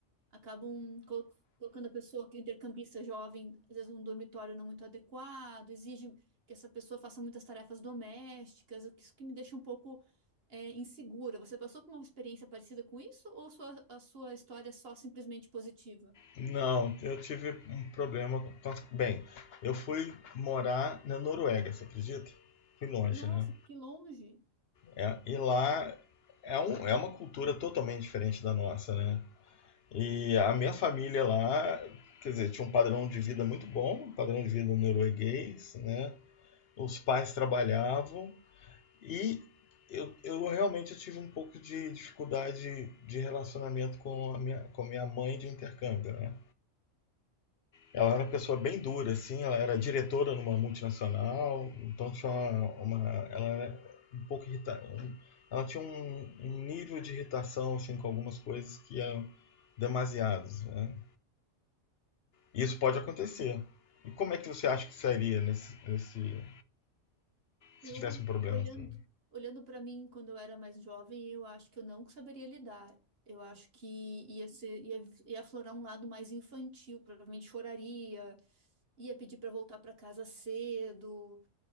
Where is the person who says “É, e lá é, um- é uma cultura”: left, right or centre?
Left